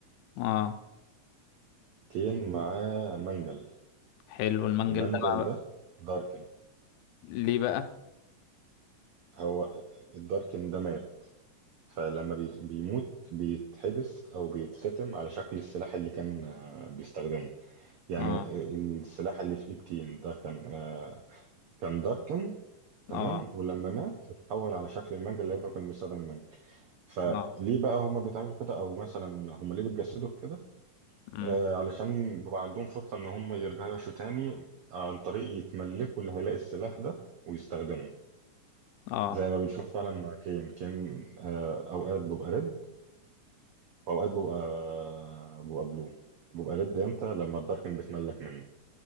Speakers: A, on the left (about 80°); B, on the right (about 80°).
A: اه
B: كين معاه منجل
A: حلو المنجل
B: المنجل
A: ده بقى
B: ده داركن
A: ليه بقى
B: هو الداركن ده مات فلما بيت- بيموت بيتحبس او بيتختم على شكل السلاح اللي كان آه، بيستخدمه يعني
A: اه
B: السلاح اللي في ايد كين ده كان آه، كان داركن تمام
A: اه
B: ولما مات اتحول على شكل المنجل لانه كان بيستخدم المنجل فليه
A: اه
B: بقى هما بيتعملوا كده او مثلا هما ليه بيتجسدوا في كده
A: امم
B: آه علشان بيبقى عندهم فرصة ان هما يرجعوا يعيشوا تاني عن طريق يتملكوا اللي هيلاقي السلاح ده ويستخدمه
A: اه
B: زي ما بنشوف فعلا مع كين كين آه، اوقات بيبقى ريد واوقات ببقى ببقى بلو ببقى ريد امتى لما الداركن بتملك منه